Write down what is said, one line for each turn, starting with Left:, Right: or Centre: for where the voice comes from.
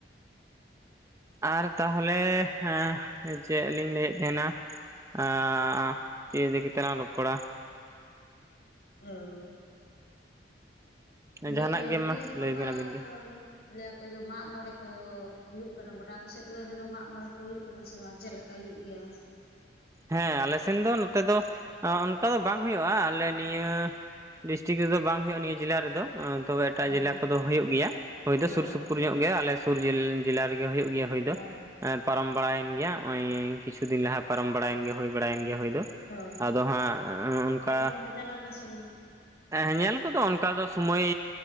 Right: ᱟᱨ ᱛᱟᱦᱚᱞᱮ ᱦᱮᱸᱜ ᱪᱮᱫ ᱞᱤᱧ ᱞᱟᱹᱭᱮᱫ ᱛᱟᱦᱮᱱᱟ, ᱟᱻ ᱪᱮᱫ ᱤᱫᱤ ᱠᱟᱛᱮ ᱞᱟᱝ ᱨᱚᱯᱚᱲᱟ,
Left: ᱟᱣ ᱤᱭᱟᱹ
Right: ᱡᱟᱦᱟᱱᱟᱜ ᱜᱮ
Left: ᱱᱤᱭᱟᱹ ᱥᱚᱢᱚᱭ
Right: ᱞᱟᱹᱭ
Left: ᱢᱟ
Right: ᱵᱮᱱ ᱟᱹᱵᱤᱱ ᱜᱮ
Left: ᱠᱟᱹᱡ, ᱞᱟᱹᱭᱟᱠᱚ ᱡᱮ ᱢᱟᱜ ᱢᱚᱬᱮ ᱠᱚ ᱦᱩᱭᱩᱜ ᱠᱟᱱᱟ ᱜᱚᱴᱟ ᱟᱯᱮ ᱥᱮᱫ ᱠᱚᱨᱮᱫᱚ ᱢᱟᱜ ᱢᱚᱬᱮ ᱠᱚ ᱦᱩᱭᱩᱜ ᱠᱟᱱᱟ ᱥᱮ ᱵᱟᱝ ᱪᱮᱫ ᱞᱮᱠᱟ ᱵᱟᱭ ᱦᱩᱭᱩᱜ ᱜᱮᱭᱟ,
Right: ᱦᱮᱸ ᱟᱞᱮ ᱥᱮᱱ ᱫᱚ ᱱᱚᱛᱮ ᱫᱚ ᱚᱱᱠᱟ ᱫᱚ ᱵᱟᱝ ᱦᱩᱭᱩᱜᱼᱟ ᱟᱞᱮ ᱱᱤᱭᱟᱹ ᱰᱤᱥᱴᱤᱠ ᱨᱮᱫᱚ ᱵᱟᱝ ᱦᱩᱭᱩᱜᱼᱟ ᱱᱤᱭᱟᱹ ᱡᱤᱞᱟ ᱨᱮᱫᱚ ᱟᱸ ᱛᱚᱵᱮ ᱮᱴᱟᱜ
Left: ᱦᱳᱭ
Right: ᱡᱤᱞᱟ ᱠᱚᱫᱚ ᱦᱩᱭᱩᱜ ᱜᱮᱭᱟ ᱦᱳᱭ ᱛᱚ
Left: ᱚ
Right: ᱥᱩᱨ-ᱥᱩᱯᱩᱨ ᱧᱚᱜ ᱜᱮᱭᱟ ᱟᱞᱮ ᱥᱩᱨ ᱡᱤᱞ ᱡᱤᱞᱟ ᱨᱮᱜᱮ ᱦᱩᱭᱩᱜ ᱜᱮᱭᱟ, ᱦᱳᱭ ᱫᱚ
Left: ᱚ
Right: ᱯᱟᱨᱚᱢ ᱵᱟᱲᱟᱭᱮᱱ ᱜᱮᱭᱟ ᱱᱚᱜᱼᱚᱭ ᱠᱤᱪᱷᱩ ᱫᱤᱱ ᱞᱟᱦᱟ ᱯᱟᱨᱚᱢ ᱵᱟᱲᱟᱭᱮᱱ ᱜᱮᱭᱟ ᱦᱩᱭ ᱵᱟᱲᱟᱭᱮᱱ ᱜᱮᱭᱟ ᱦᱭ ᱫᱚ᱾
Left: ᱚ
Right: ᱟᱫᱚ ᱦᱟᱸᱜ ᱚᱱᱠᱟ,
Left: ᱧᱮᱞ ᱠᱚᱦᱚᱸ ᱯᱮ ᱪᱟᱞᱟᱣ ᱞᱮᱱᱟ ᱥᱮ ᱵᱟᱝ
Right: ᱦᱮᱸ ᱧᱮᱞ ᱠᱚᱫᱚ ᱚᱱᱠᱟ ᱫᱚ ᱥᱚᱢᱚᱭ